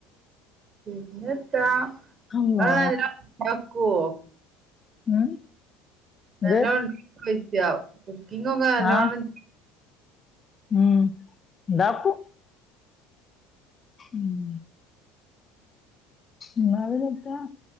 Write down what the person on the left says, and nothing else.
അമ്മാ
ഉം.
ഇത്
ആ ഉം ഉണ്ടാക്കും. ഉം. ന്നാ പിന്നെത്ത